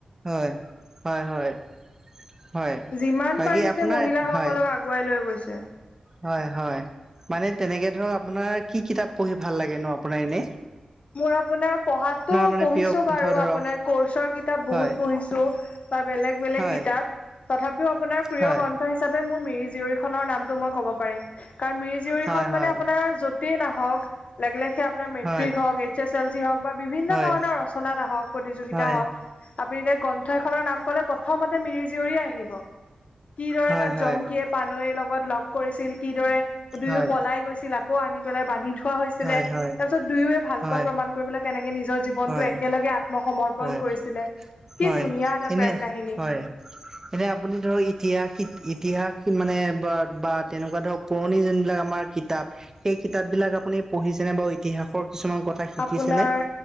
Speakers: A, on the right (about 20°); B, on the left (about 60°).
A: হয়, হয়, হয়। হয়
B: যিমান
A: বাকী
B: পাৰিছে,
A: আপোনাৰ
B: মহিলাসকলক
A: হয়
B: আগুৱাই লৈ গৈছে।
A: হয়, হয়। মানে, তেনেকে ধৰক, আপোনাৰ কি কিতাপ পঢ়ি ভাল লাগে, ন' আপোনাৰ এনে?
B: মোৰ আপোনাৰ, পঢ়াতো
A: মানে
B: পঢ়িছোঁ
A: প্ৰিয় গ্ৰন্থ
B: বাৰু।
A: ধৰক
B: আপোনাৰ, কোৰ্চৰ কিতাপ বহুত
A: হয়
B: পঢ়িছোঁ। বা বেলেগ-বেলেগ
A: হয়
B: কিতাপ। ‌ তথাপিও আপোনাৰ, প্ৰিয়
A: হয়
B: হিচাপে, মোৰ মিৰি জীয়ৰী খনৰ নামটো, মই ক'ব পাৰিম। কাৰণ, মিৰি জীয়ৰী
A: হয়
B: খন মানে,
A: হয়
B: আপোনাৰ য য'তেই নাহক, লাগিলে সেই, আপোনাৰ মেট্ৰিক
A: হয়
B: হওঁক এইছ এছ এল চি হওঁক বা বিভিন্ন
A: হয়
B: ধৰণৰ ৰচনাত হওঁক, প্ৰতিযোগিতা
A: হয়
B: হওঁক। আপুনি এতিয়া, গ্ৰন্থ এখনৰ নাম ক'লে, প্ৰথমতে মিৰি জীয়ৰীয়ে আহিব। কিদৰে,
A: হয়
B: তাত
A: হয়
B: জংকীয়ে পানৈৰ লগত, লগ কৰিছিল। কিদৰে, দুয়ো
A: হয়
B: পলাই গৈছিল। আকৌ, আনি পেলাই বান্ধি থোৱা হৈছিলে।
A: হয় হয়
B: তাৰপিছত,
A: হয়
B: দুয়োয়ে ভাল
A: হয়
B: পোৱা প্ৰমাণ কৰিবলৈ, কেনেকে নিজৰ জীৱনটো
A: হয়
B: একেলগে, আত্মসমৰ্পন
A: হয়
B: কৰিছিলে। কি
A: হয়
B: ধুনীয়া এটা
A: এনে
B: প্ৰেম কাহিনী!
A: <unintelligible> এনে, আপুনি ধৰক, ইতিহাস-ইতিহাস মানে বা তেনেকুৱা ধৰক, পুৰণি যোনবিলাক আমাৰ কিতাপ, সেই কিতাপ বিলাক, আপুনি পঢ়িছেনে বা ইতিহাসৰ? কিছুমান কথা শিকিছেনে
B: আপোনাৰ,